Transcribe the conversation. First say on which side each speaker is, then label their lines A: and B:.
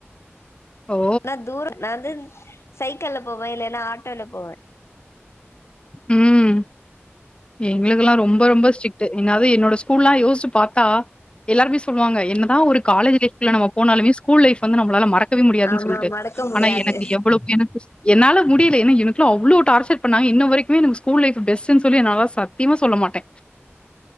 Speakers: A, on the left; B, on the left.
A: ஓ!
B: ஆனா தூர நது சைக்கிள போவே இல்லன்னா ஆட்டோல போவே
A: உம் எங்களுக்ல்லா ரொம்ப ரொம்ப ஸ்டிக் ட் என்னாது என்னோட ஸ்கூல்லாம் யோசிச்சு பாத்தா எல்லாருமே சொல்வாங்க என்னதா ஒரு காலேஜ் லைஃப்ல நம்ம போனாலுமே ஸ்கூல் லைஃப் வந்து நம்மளால மறக்கவே முடியாதுன்னு
B: ஆமா
A: சொல்ட்டு
B: மறக்க முடியாது
A: ஆனா எனக்கு எவ்வளோ எனக்கு என்னால முடில எனா எனக்குலா அவ்ளோ டார்ச்சர் பண்ணாங்க இன்னுவரைக் எப்பவுமே ஸ்கூல் லைஃப் பெஸ்ட்னு சொல்லி என்னாலா சத்தியமா சொல்ல மாட்டே